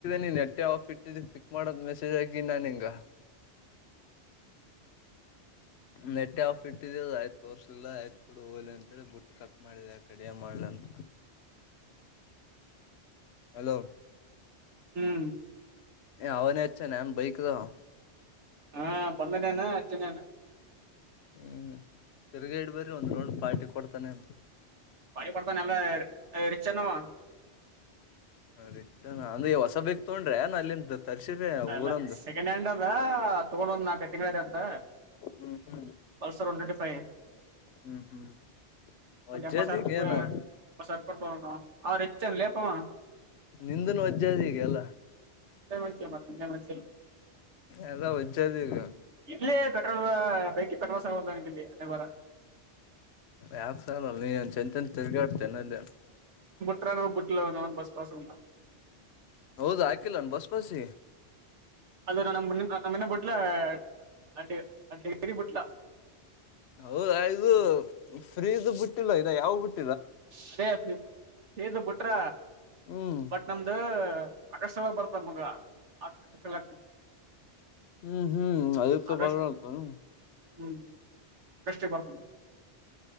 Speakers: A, on the left (about 70°); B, on the right (about 85°).
A: ನೀನ್ ನೆಟ್ಟ ಆಫ್ ಇಟ್ಟಿದ ಪಿಕ್ ಮಾಡೋದ್ ಮೆಸೇಜ್ ಆಗಿ ನಾ ನಿಂಗ ನೆಟ್ಟೆ ಆಫ್ ಇಟ್ಟಿದ ಅ ಆಯ್ತು ತೋರ್ಸ್ಲಿಲ್ಲ ಆಯ್ತ್ ಕುಡು ಹೋಲಿ ಅಂತೇಳಿ ಬುಟ್ಟು ಕಟ್ ಮಾಡಿದೆ ಕಡಿಯ ಮಾಡ್ಲಂತ ಅಲೋ
B: ಹ್ಮ್
A: ಅವನೇ ಹಚ್ಚನೆ ನನ್ ಬೈಕ್ದ
B: ಹಾ ಬಂದನೇ ಅಚ್ಚೆ ನೆನೆ
A: ಹ್ಮ್ ತಿರ್ಗ ಇಡ್ ಬ್ರಿ ಒಂದ್ ರೌಂಡ್ ಪಾರ್ಟಿ ಕೊಡ್ತಾನೇ
B: ಪಾಯ ಕೊಡ್ತಾ ನಲ್ಲ ರಿಚ್ ಅನಾ ಅವ
A: ಹ ರೀನ ಅಂದ್ರ ಹೊಸ ಬೇಕ್ ತೊಂಡ್ರೆ ನ ಅಲ್ಲಿಂದ ತರ್ಸಿರಿ
B: ಅದಲ್ಲ
A: ಊರಂದು
B: ಸೆಕೆಂಡ್ ಹ್ಯಾಂಡ್ ಅದ ತಗೊಂಡ್ ಒಂದ್ ನಾಕ ತಿಂಗಗಳ ಅಂತ
A: ಹ್ಮ್ ಹ್ಮ್
B: ಪಲ್ಸರ್ ಒನ್ ಟ್ವೆಂಟಿ ಫೈ
A: ಹ್ಮ್ ಹ್ಮ್ ವಜ್ಜದಿಗ
B: ಒಂದ ಎಂಬತ್ ಸಾವಿ
A: ಏನು
B: ಎಂಬತ್ತು ಕೊಟ್ಟಣ ಅವ್ರ ಹೆ <unintelligible> ರಿಚ್ ಆನ್ ಲೆ ಫಾ
A: ನಿಂದನು ವಜ್ಜಾದ ಎಲ್ಲಾ
B: <unintelligible>
A: ಎಲ್ಲ ಒಜ್ಜದ ಈಗ
B: ಇಲ್ಲೇ ಪೆಟ್ರೋಲ್ ಬೈಕಿ ಪೆಟ್ರೋಲ್ ಸಾಲವಾಲ್ದು ನನಗಿಲ್ಲಿ ಹಣೆಬರ
A: ಯಾರ್ ನೀ ಏನ್ ಚಂತ್ಯನ ತಿರ್ಗಿ ಆಡ್ತೇನೆ ಅಲ್ಲಿ
B: ಟ್ರ ನ ಬುಟ್ಟಂದ ಬಸ್ ಪಾಸ <unintelligible>
A: ಹೌದ ಆಕಿಲ್ಲಾನ ಬಸ್ ಪಾಸ್
B: ಅದು ನ ನಮ್ಮನ್ನ ಬಿಟ್ಲ ಅ ಅ ಡಿ ಡಿಗ್ರಿ ಬಿಟ್ಲ
A: ಹೌದ ಇದು ಫ್ರೀದು ಬಿಟ್ಟಿಲ್ಲ ಇದು ಯಾವ ಬಿಟ್ಟ
B: ಅದೇ ಫೀದು ಬಿಟ್ರ
A: ಹ್ಮ್
B: ಬಟ್ ನಮ್ದು ಆಗಸ್ಟ್ ಒಳಗ ಬರ್ತ ನಮಗ ಹಾಕಲಾ
A: ಹ್ಮ್ ಹ್ಮ್ ಅದಕ್ಕ
B: ಆಗಸ್ಟ್
A: ಬರ ಆತನು
B: ಹ್ಮ್ ಅಷ್ಟೇ ಬರ್ತ